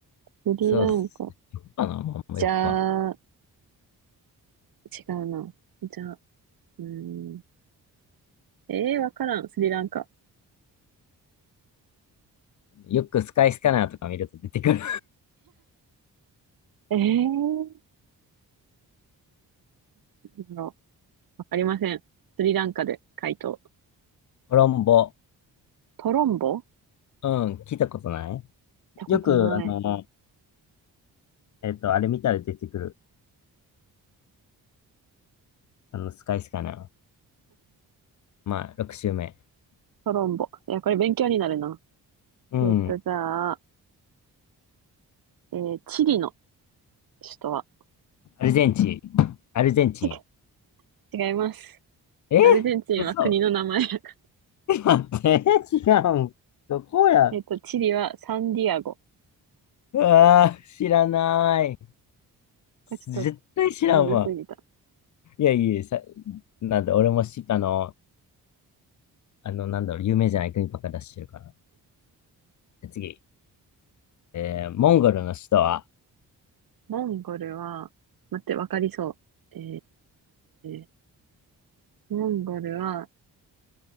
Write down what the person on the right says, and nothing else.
スリランカ。
じゃあ、違うな。じゃあ、うーん。ええー、わからん。スリランカ。
えー、なんだろうわかりません。スリランカで回答。
トロンボっ
てことない。
トロンボ。いや、これ勉強になるな。
えっと、じゃあ、えー、チリの首都は
違う違います。
アルゼンチンは国の名前。
<laughs>
えっと、チリはサンディアゴ。
これちょっと
むずすぎた。
モンゴルは、待って、わかりそう。えー、モンゴルは、